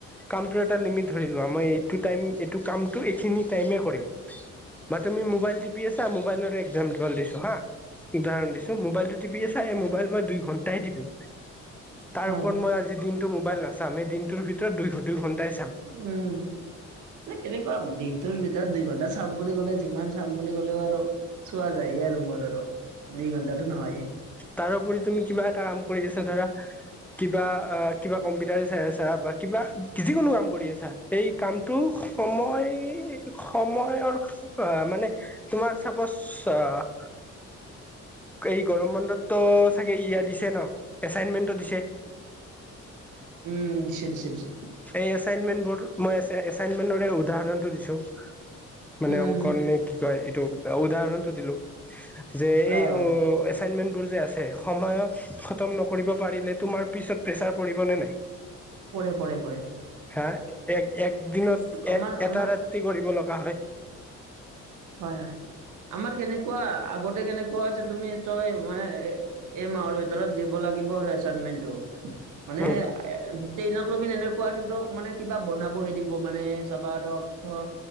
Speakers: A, in the centre; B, on the right (about 80°).
A: কামটো এটা লিমিত ধৰি লোৱা, মই এইটো টাইম এইটো কামটো এইখিনি টাইমে কৰিম। বা তুমি মোবাইল টিপি আছা, মোবাইলৰ এক্সাম্পল দিছো হা'। উদাহৰণ দিছো, মোবাইলটো টিপি আচা এই মোবাইল মই দুই ঘণ্টাই টিপিম। তাৰ
B: হয়
A: ওপৰত
B: হয়।
A: মই আজি দিনটো মোবাইল নাচাম এই দিনটোৰ ভিতৰত দুই দুই ঘণ্টাই চাম।
B: উম। মানে কেনেকুৱা, দিনটোৰ ভিতৰত দুইঘণ্টা চাম বুলি ক'লে যিমান চাম বুলি ক'লেও আৰু চোৱা যাইয়ে আৰু মোৰ আৰু দুই ঘন্টাটো নহয়ে।
A: তাৰউপৰি তুমি কিবা এটা কাম কৰি আছা ধৰা। কিবা কিবা কম্পিউটাৰে চাই আছা বা কিবা যিকোনো কাম কৰি আছা। এই কামটো সময় সময়ৰ অ' মানে তোমাৰ চাপচ অ' এই গৰম বন্ধততো চাগে ইয়া দিছে ন, এচাইনমেণ্টটো দিছে।
B: উম, দিছে দিছে দিছে।
A: এই এচাইণ্টমেন্ট বোৰ, মই এচাইণ্টমেন্টৰে উদাহৰণটো দিছো মানে
B: উম,
A: কণনে কি কয় এইটো, উদাহৰণ টো দিলো যে
B: আহ
A: এই অ' এচাইণ্টমেন্টবোৰ যে আছে সময়ত খতম নকৰিব পাৰিলে তোমাৰ পিচত প্ৰেছাৰ পৰিব নে নাই?
B: পৰে, পৰে, পৰে।
A: হা'? এক একদিনত এ
B: আমাৰ
A: এটা
B: আমাৰ
A: ৰাতি কৰিব লগা হয়।
B: হয়, হয়। আমাৰ কেনেকুৱা আগতে কেনেকুৱা আছিল তুমি তই মানে এই মাহৰ ভিতৰত দিব লাগিব আৰু এচাইণ্টমেন্টটো। মানে
A: উম,
B: টেইনক লগি এনেকুৱা আছিল ত মানে কিবা বনাবহে দিব মানে চাবা ধৰক ধৰ